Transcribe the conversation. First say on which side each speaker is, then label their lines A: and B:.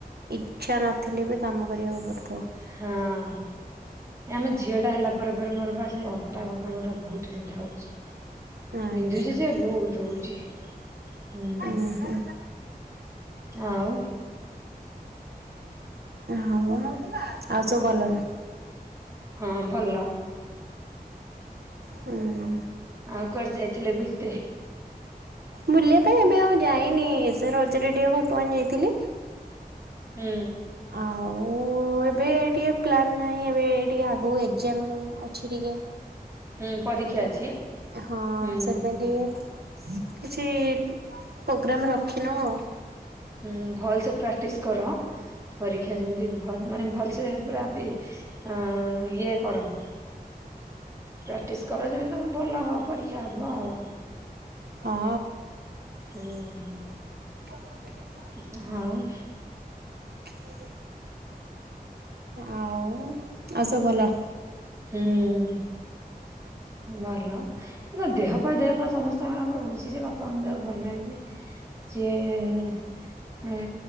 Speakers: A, on the right (about 85°); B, on the right (about 20°).
A: ଇଚ୍ଛା ନଥିଲେ ବି କାମ କରିବାକୁ ପଡ଼ୁଥିବ।
B: ହଁ ଆମ ଝିଅ ଟା ହେଲା ପରେ ପରେ ମୋର ବା ସେ ଅଟା କଙ୍କାଳ ଗୁରା ବହୁତ ବିନ୍ଧା ହଉଛି।
A: ଆଚ୍ଛା
B: ବିନ୍ଧୁଛି ଯେ ବହୁତ ହଉଛି ହୁଁ
A: ଉଁ ହୁଁ
B: ଆଉ
A: ହଉ ଆଉ ଆଉ ସବୁ ଭଲନି
B: ହଁ ଭଲ
A: ହୁଁ
B: ଆଉ କର ଯାଇ ଥିଲେ ବୁଲତେ
A: ବୁଲିବା ପାଇଁ ଏବେ ଆଉ ଯାଇନି ସେ ରଜରେ ଟିକେ ଘଟୁଆଣି ଯାଇଥିଲି
B: ହୁଁ
A: ଆଉ ଓ ଏବେ ଟିକେ ପ୍ଲାନ୍ ନାହିଁ ଏବେ ଟିକେ ଆଗକୁ ଏକ୍ଜାମ ଅଛି ଟିକେ
B: ହୁଁ ପରୀକ୍ଷା
A: ତ ସେଥିପାଇଁ
B: ଅଛି
A: ହଁ
B: ହୁଁ।
A: ସେଥିପାଇଁ ଟିକେ କିଛି ପୋଗ୍ରାମ ରଖିନଉ ଆଉ।
B: ହୁଁ ଭଲସେ ପ୍ରାଟିସ୍ କର ପରୀକ୍ଷା ଯେମିତି ଭ ମାନେ ଭଲ ସେ ପୁରା ପି ଅଁ ଇଏ କର। ପ୍ରାଟିସ କର ଯେମିତି ତମ ଭଲ ହ ପରୀକ୍ଷା ହବ ଆଉ।
A: ହଁ।
B: ହୁଁ।
A: ଫୋନ୍ କରିଦେଇ ଯିଉନା?
B: ଉଁ ନା ହାଉ?
A: ସେଉ ତ ଆଉ ଆଉ ସବୁ ଭଲ?
B: ହୁଁ। ଭଲ ଏ ତ ଦେହପା ଦେହପା ସମସ୍ତଙ୍କର ଆମର ଭୁସି ଯେ ବାପାଙ୍କ ଦେହ ଭଲ ନାହିଁ ଯେ ସିଏ ଏଁ